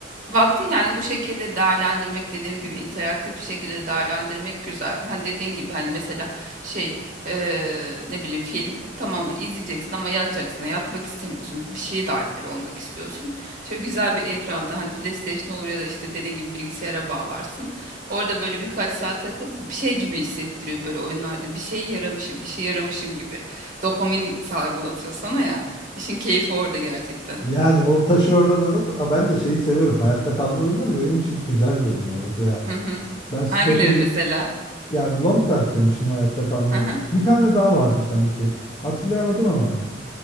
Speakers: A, on the right (about 45°); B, on the left (about 25°).
A: Vakti yani bu şekilde değerlendirmek dediğim gibi interaktif bir şekilde değerlendirmek güzel. Hani dediğin gibi hani mesela şey eee, ne bileyim film tamam izleyeceksin ama yatacaksın yatmak istemiyorsun. Bir şeye dahil olmak istiyorsun. Şöyle güzel bir ekranda hani PlayStation olur ya da işte dediğin gibi bilgisayara bağlarsın. Orada böyle birkaç saat takılıp bir şey gibi hissettiriyor böyle oyunlarda bir şey yaramışım işe yaramışım gibi. Dopamin salgılatıyor sana ya. İşin keyfi orada gerçekten.
B: Yani o taşı oradan alıp Aa, ben de şeyi seviyorum. Hayatta kalma oyunları benim için güzel bir oyunlar. Mesela
A: Hı hı.
B: ben strateji
A: Hangileri mesela?
B: yani Long Dark demiştim hayatta kalma
A: <laughs>
B: oyunu. Bir tane daha vardı sanki. Hatırlayamadım ama.